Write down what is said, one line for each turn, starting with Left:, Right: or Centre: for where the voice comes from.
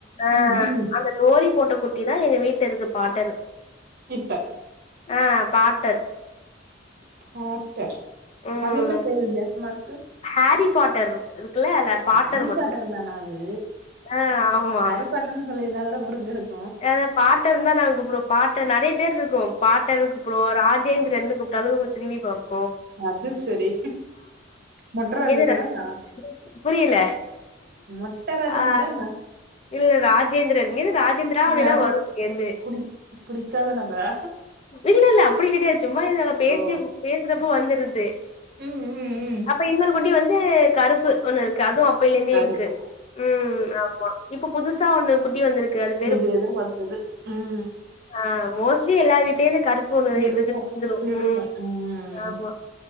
Left: ஆ
Right: ம் ம்
Left: அந்த டோரி போட்ட குட்டி தா எங்க வீட்ல இருக்கு பாட்டரு
Right: இப்ப
Left: ஆ பாட்
Right: பாட்டர்
Left: ம்
Right: அது என்ன பேர் வித்தியாசமாருக்கு
Left: ஹாரி பாட்டர் இருக்குல்ல அதுல
Right: ஹரி
Left: மட்டு
Right: பாட்டர் தானா அது
Left: ஆ ஆமா
Right: ஹாரி பாட்டர்ன்னனு சொல்லிருந்தா கூட புரிஞ்சிருக்
Left: அது பாட்டர்னு தா நாங்க கூப்புறோ பாட்டர் நெறைய பேர் இருக்கு பாட்டர்னு கூப்டுவோ ராஜேஞ்சு தர்னு கூப்ட்டாலு திரும்பி பாக்கு
Right: அது சரி மொட்ட ராஜேந்திரனா
Left: எதுல புரியல
Right: மொட்ட ராஜேந்திரனா
Left: ஆ இல்ல ராஜேந்திரன் இது ராஜேந்திரா அப்டின்னா
Right: யாரு
Left: வரு அங்கேருந்து
Right: குடி புடிக்காத நபரா
Left: இல்லல்ல அப்டி கெடையாது சும்மா இத பேச்சு
Right: ஓ
Left: பேச் சுறப்போ வந்துடுது
Right: ம் ம் ம்
Left: அப்ப இன்னொரு குட்டி வந்து கருப்பு ஒண்ணு இருக்கு அதுவு அப் பையிலேருந்தே
Right: கருப்பு
Left: இருக்கு ம் ஆமா இப்ப புதுசா ஒண்ணு குட்டி வந்துருக்கு அதுக்
Right: இது எதிர்பார்த்தது ம்
Left: ஆ மோஸ்லி எல்லா வீட்டலேந்து கருப் முன்பு
Right: இருக்கு
Left: இதுக்கு வந்துரு
Right: இருக்கு
Left: ம்
Right: ம்
Left: ஆமா